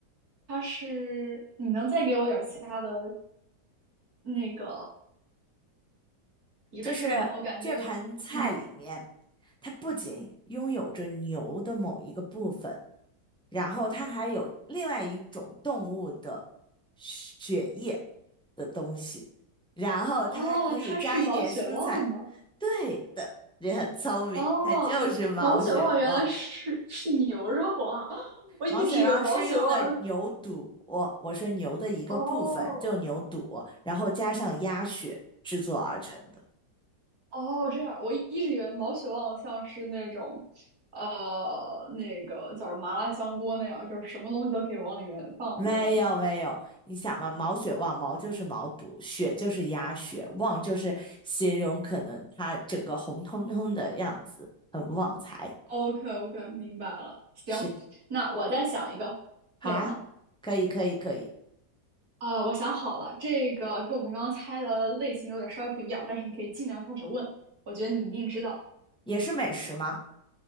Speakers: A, on the right; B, in the centre.
A: 它是，你能再给我点儿其他的那个仪式吗？
B: 就是
A: 我感觉，
B: 这盘菜里面。
A: 嗯，
B: 它不仅拥有着牛的某一个部分，然后它还有另外一种动物的血液的东西，然后它还可以加一点蔬菜。
A: 哦，它是毛血旺吗？
B: 对的，人很聪明，
A: 哦，
B: 它就是毛血旺。
A: 毛血旺原来是是牛肉啊！<laughs> 我一直以为毛血旺，
B: 毛血旺是用的牛肚，我说牛的一个部分，
A: 哦
B: 就牛肚，然后加上鸭血制作而成的。
A: 哦，这样，我一直以为毛血旺像是那种，呃，那个叫什么麻辣香锅那样，就是什么东西都可以往里面放的那种。
B: 没有没有，你想嘛，毛血旺，毛就是毛肚，血就是鸭血，旺就是形容可能它整个红彤彤的样子，很旺财。
A: OK OK，明白了。行，
B: 是，
A: 那我再想一个，
B: 好啊，
A: 可以吗？
B: 可以可以可以，
A: 啊、我想好了，这个跟我们刚刚猜的类型有点稍微不一样，但是你可以尽量开始问。我觉得你一定知道，
B: 也是美食吗？